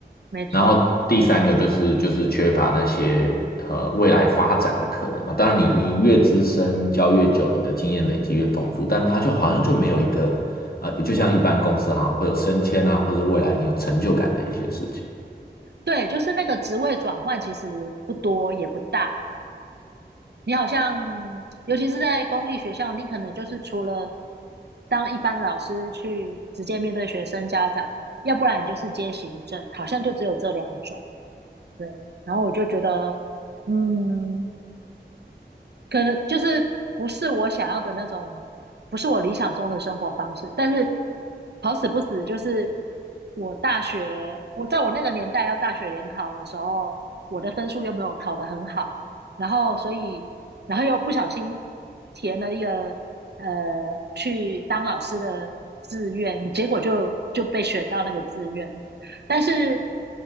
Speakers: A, on the right; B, on the left.
A: 没错，
B: 然后第三个就是就是缺乏那些呃未来发展的可能嘛。当然，你你越资深教越久，你的经验累积越丰富，但他就好像就没有一个呃，就像一般公司哈、会有升迁啊，或者未来你有成就感的一些事情。
A: 对，就是那个职位转换其实不多也不大。你好像，尤其是在公立学校，你可能就是除了当一般老师去直接面对学生家长，要不然你就是接行政，好像就只有这两种。对，然后我就觉得，嗯，可能就是不是我想要的那种，不是我理想中的生活方式。但是好死不死，就是我大学，我在我那个年代要大学联考的时候，我的分数又没有考得很好，然后所以，然后又不小心填了一个呃去当老师的志愿，结果就就被选到那个志愿。但是